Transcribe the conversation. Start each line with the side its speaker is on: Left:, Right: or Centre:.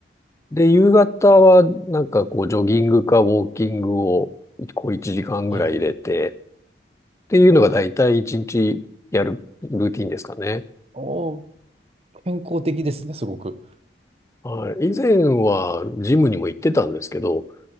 Left: で、夕方はなんかこうジョギングかウォーキングをこう1時間ぐらい入れて、
Right: はい。
Left: っていうのが大体1日やるルーティンですかね。
Right: おお、健康的ですね、すごく。
Left: はい。以前はジムにも行ってたんですけど、